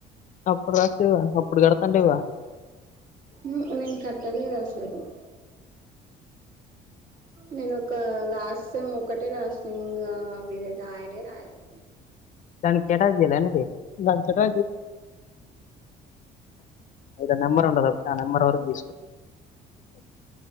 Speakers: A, on the left; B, on the right.
A: అప్పుడు రాసినావు కదా ఇప్పుడు కడతాతీవగా
B: నే నేను కట్టలేదు అసలు వీడియో కాల్ క్లాస్ ఎగ్జామ్ ఒక్కటే రాస్తా ఇంగా <unintelligible> రాయనే రాయలే
A: దానికిటాయాల అనేది దాకుంటా ఐద నెంబర్ ఉండదు ఆ నెంబర్ వరకు తీసుకో